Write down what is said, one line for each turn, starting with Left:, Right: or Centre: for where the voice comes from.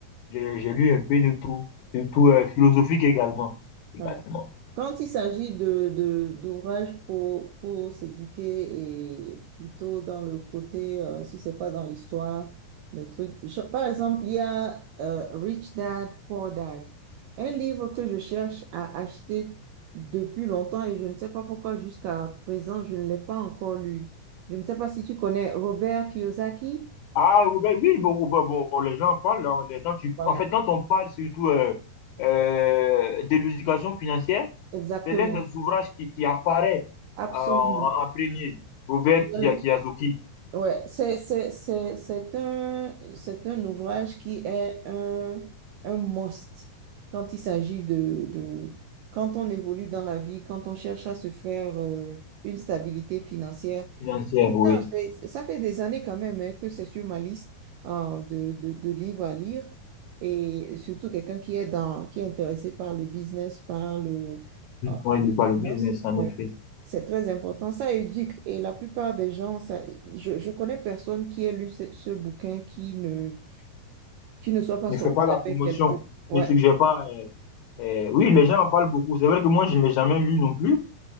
Left: J'ai j'ai lu un peu de tout, surtout euh, philosophique également, également.
Right: Oui. Quand il s'agit de, de- d'ouvrages pour, pour s'éduquer et plutôt dans le côté, euh, si c'est pas dans l'histoire, des trucs. Je- par exemple, il y a euh, Rich Dad, Poor Dad, un livre que je cherche à acheter depuis longtemps et je ne sais pas pourquoi jusqu'à présent, je ne l'ai pas encore lu. Je ne sais pas si tu connais Robert Kiyosaki.
Left: Ah, Robert, oui, bon, bon, bon, bon, bon, les gens parlent. hein, les- quand tu,
Right: Voilà,
Left: en fait, quand on parle surtout euh, euh, de l'éducation financière,
Right: exactement,
Left: c'est l'un des ouvrages qui, qui apparaît
Right: absolument.
Left: euh, en, en premier, Robert
Right: Je-
Left: Kiya- Kiyosaki,
Right: Ouais, c'est, c'est, c'est, c'est un, c'est un ouvrage qui est un, un must quand il s'agit de, de, quand on évolue dans la vie, quand on cherche à se faire euh, une stabilité financière.
Left: financière,
Right: Et c'est bizarre,
Left: oui.
Right: c'est- ça fait des années quand même hein, que c'est sur ma liste euh, de, de, de livres à lire. Et surtout quelqu'un qui est dans, qui est intéressé par le business, par le, euh,
Left: Oui,
Right: les
Left: le, bah,
Right: finances.
Left: le business, en
Right: Ouais.
Left: effet.
Right: C'est très important, ça éduque. Et la plupart des gens, ça, je, je connais personne qui ait lu ce, ce bouquin qui ne, qui ne soit pas
Left: Ne
Right: sorti
Left: fais pas la
Right: avec
Left: promotion.
Right: quelqu'un. Ouais.
Left: Ne suggère pas. euh, euh, oui, les gens en parlent beaucoup. C'est vrai que moi, je ne l'ai jamais lu non plus.